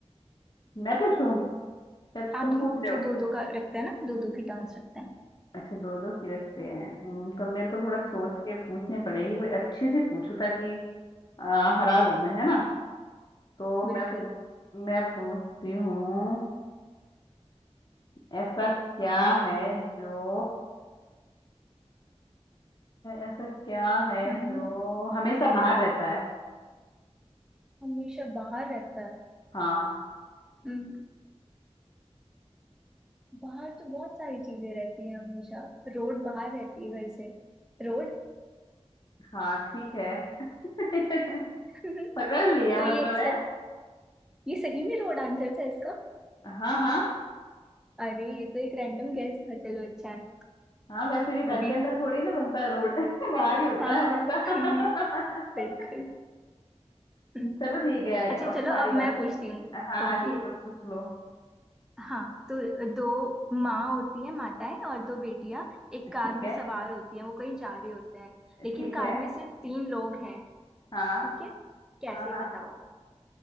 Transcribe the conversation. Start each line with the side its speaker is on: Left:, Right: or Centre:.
Left: मैं पूछूं या तुम
Centre: हाँ तुम
Left: पूछ
Centre: पूछो
Left: रहे हो
Centre: दो दो का रखते हैं ना दो दो की टांस रखते हैं
Left: अच्छा दो दो की रखते हैं हम्म, तो मेरे को थोड़ा सोच के पूछनी पड़ेगी कोई अच्छी सी पूछूं ताकि आ, हरा दूं मैं है ना तो
Centre: बिल्कुल
Left: मैं पूछ मैं पूछती हूँ ऐसा क्या है जो ऐसा क्या है
Centre: हम्म
Left: जो हमेशा बाहर रहता है
Centre: हमेशा बाहर रहता है
Left: हाँ
Centre: हम्म, बाहर तो बहुत सारी चीजें रहती हैं हमेशा रोड बाहर रहती है घर से रोड
Left: हाँ ठीक है <laughs>
Centre: <laughs>
Left: पकड़ लिया
Centre: तो
Left: मतलब
Centre: ये एक्सेप्ट
Left: है
Centre: ये सही में रोड आंसर था इसका
Left: हाँ हाँ
Centre: अरे ये तो एक रैंडम गेस था चलो अच्छा है
Left: हाँ वैसे भी
Centre: अभी
Left: घर के अंदर थोड़ी ना बनता है रोड <laughs> बाहर ही होता
Centre: हाँ
Left: है
Centre: हाँ
Left: हमेशा
Centre: <laughs> बिल्कुल
Left: <laughs>
Centre: हम्म,
Left: चलो ठीक है
Centre: अच्छा
Left: अब
Centre: चलो
Left: तुम्हारी
Centre: अब
Left: बात
Centre: मैं पूछती हूँ
Left: हाँ हाँ
Centre: ओके
Left: ठीक है पूछ लो
Centre: हाँ तो दो माँ होती है माताएं और दो बेटियां एक
Left: ठीक
Centre: कार में
Left: है
Centre: सवार होती हैं वो कहीं जा रहे होते हैं लेकिन
Left: ठीक
Centre: कार
Left: है
Centre: में सिर्फ तीन लोग हैं
Left: हाँ
Centre: ठीक है कैसे
Left: हाँ हाँ
Centre: बताओ